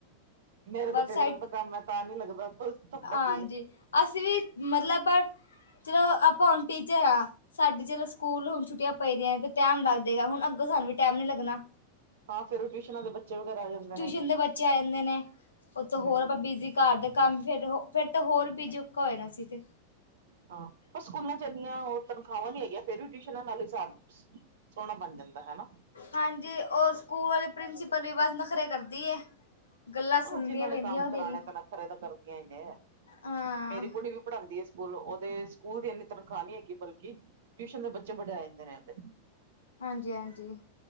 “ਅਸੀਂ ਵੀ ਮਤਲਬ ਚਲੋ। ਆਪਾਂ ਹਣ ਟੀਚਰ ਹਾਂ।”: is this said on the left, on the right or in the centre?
Left